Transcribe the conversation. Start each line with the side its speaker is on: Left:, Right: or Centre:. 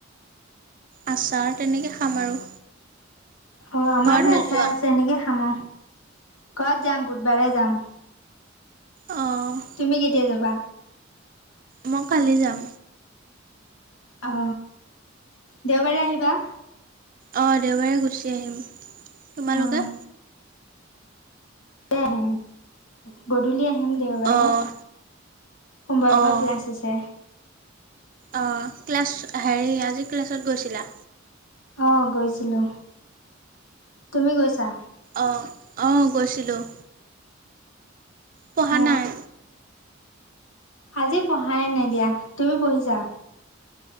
Right: আচাৰ তেনেকৈ খাম আৰু।
Left: অ' আমাৰো
Right: ঘৰত নোযোৱা?
Left: আচাৰ আছে এনেকে খাম আৰু। ঘৰত যাম বুধবাৰে যাম।
Right: অঁ।
Left: তুমি কেতিয়া যাবা?
Right: মই কালি যাম।
Left: অ, দেওবাৰে আহিবা?
Right: অ, দেওবাৰে গুচি আহিম। তোমালোকে?
Left: অ', আহিম গধূলি আহিম দেওবাৰে
Right: অ'
Left: সোমবাৰৰ
Right: অ'
Left: পৰা ক্লাছ আছে। <inaudible>
Right: অ, ক্লাছ হেৰি আজি ক্লাছত গৈছিলা?
Left: অ গৈছিলোঁ তুমি গৈছা?
Right: অ, অ, গৈছিলোঁ। পঢ়া
Left: অ,
Right: নাই?
Left: আজি পঢ়াই নাই দিয়া তুমি পঢ়িছা?